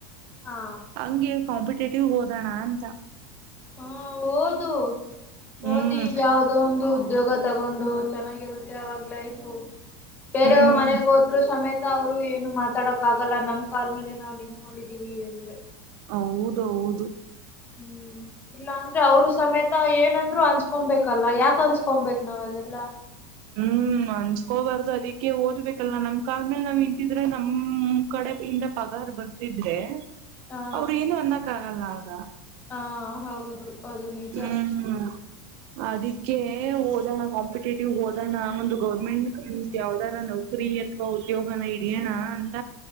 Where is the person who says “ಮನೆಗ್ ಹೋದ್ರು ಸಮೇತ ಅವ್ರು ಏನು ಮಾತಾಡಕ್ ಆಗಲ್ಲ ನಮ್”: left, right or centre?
Left